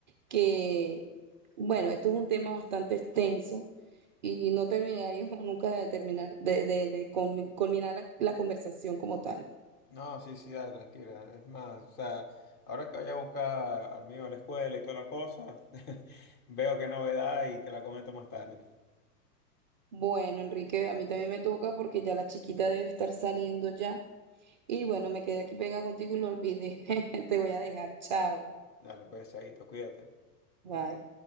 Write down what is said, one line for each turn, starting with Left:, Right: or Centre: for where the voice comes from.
Right: que, bueno, esto es un tema bastante extenso y no terminaríamos <laughs> nunca de terminar, de, de, de culmi- culminar la, la conversación como tal.
Left: No, sí, sí, dale, tranquila. Es más, o sea, ahora que vaya a buscar al mío a la escuela y toda la cosa, <laughs> veo qué novedad y te la comento más tarde.
Right: Bueno, Enrique, a mí también me toca porque ya la chiquita debe estar saliendo ya. Y bueno, me quedé aquí pegada contigo y lo olvidé. <laughs> Te voy a dejar. Chao.
Left: Dale, pues, chaito, cuídate.
Right: Bye.